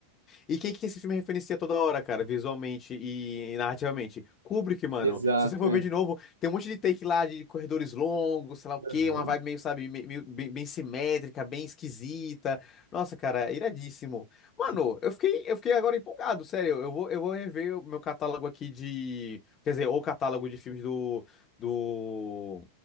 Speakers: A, on the left (about 30°); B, on the right (about 75°).
A: E quem que esse filme referencia toda hora, cara, visualmente e narrativamente? Kubrick, mano.
B: Exato,
A: Se você for
B: é.
A: ver de novo, tem um monte de take lá de corredores longos, sei lá o quê,
B: Aham.
A: uma vibe meio, sabe, me- meio, bem, bem simétrica, bem esquisita. Nossa, cara, iradíssimo. Mano,
B: Sim.
A: eu fiquei, eu fiquei agora empolgado, sério. Eu vou, eu vou rever o meu catálogo aqui de. Quer dizer, o catálogo de filmes do. Do.